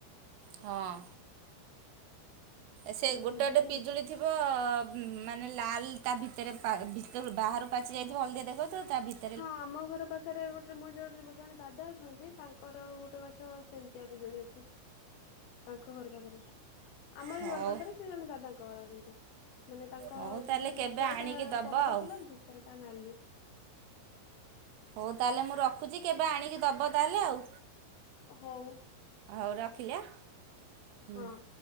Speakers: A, on the right; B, on the left.
A: ହଁ। ସେ
B: ଏବେ
A: ଗୋଟେ ଗୋଟେ ପିଜୁଳି
B: ହଁ
A: ଥିବ ମାନେ ଲାଲ ତା ଭିତରେ ଭିତ ବାହାରୁ ପାଚି ଯାଇଥିବ ହଳଦିଆ ଦେଖନ୍ତୁ ତା ଭିତ
B: ହଁ ଆମ ଘର ପାଖରେ ରେ ଗୋଟେ ମୋ ଯୋଉ ଗୋଟେ ଜଣେ ଦାଦା ଅଛନ୍ତି ତାଙ୍କର ଗୋଟେ ଗଛ ସେମିତିଆ ବିଜୁଳି ଅଛି। ତାଙ୍କ ଘର ପାଖରେ ଆମର
A: ହଉ
B: ଘର ପାଖରେ ସେ ଜଣେ ଦାଦାଙ୍କ ଘର କେମତି ମାନେ ତାଙ୍କ
A: ହଉ ତାହେଲେ
B: ପିଜୁଳି
A: କେବେ
B: ଉପର
A: ଆଣିକି
B: ଟା
A: ଦବ
B: ସବୁଜ
A: ଆଉ
B: କଲର ଭିତରେ ତା ନାଲି।
A: ହଉ ତାହେଲେ ମୁଁ ରଖୁଛି କେବେ ଆଣିକି ଦବ ତାହେଲେ ଆଉ।
B: ହଉ।
A: ହଉ ରଖିଲି। ହୁଁ।
B: ହଁ।